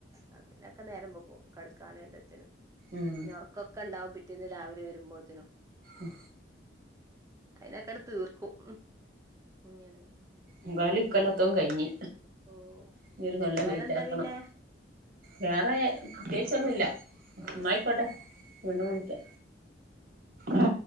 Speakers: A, on the right; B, on the right.
A: ആഹ് പിന്നൊക്കെ നേരം വെകും കടക്കാനും എല്ലത്തിനും
B: ഉം
A: പിൻ ഒറങ്ങ് ക്കൊക്കെണ്ടാവും പിറ്റേന്ന് രാവിലെ വെരുമ്പോത്തിനും
B: ഉം
A: അയിലെക്കാട് തീർക്കും ഇങ്ങനെ
B: എന്തായാലും ഇക്കൊല്ലത്തോം കയിഞ്ഞ്
A: ഓ
B: ഇനിയൊരു കൊല്ലം
A: വേറെന്താ
B: കയിഞ്ഞിറ്റാക്കണം
A: പിന്നെ
B: വേറെ പ്രത്യേകിച്ചൊന്നുല്ല
A: ആഹ്
B: ഇന്നായിക്കോട്ടെ വീണ്ടും വിളിക്കാ
A: ആയിക്കോട്ടെ
B: ആ